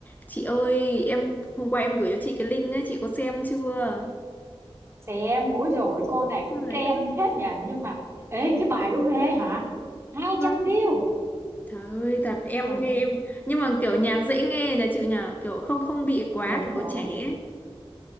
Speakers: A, on the left (about 15°); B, on the right (about 25°).
A: Chị ơi, em hôm qua em gửi cho chị cái link ấy, chị có xem chưa?
B: xem ối rồi cô này
A: Trời
B: cũng trend
A: ơi,
B: phết nhỉ nhưng mà ê cái bài đó ghê hả hai
A: vâng.
B: trăm view
A: Trời ơi, thật em
B: rồi
A: nghe em nhưng mà kiểu nhạc dễ nghe là chịu nhờ, kiểu không không bị quá
B: đúng
A: kiểu
B: rồi
A: trẻ ấy.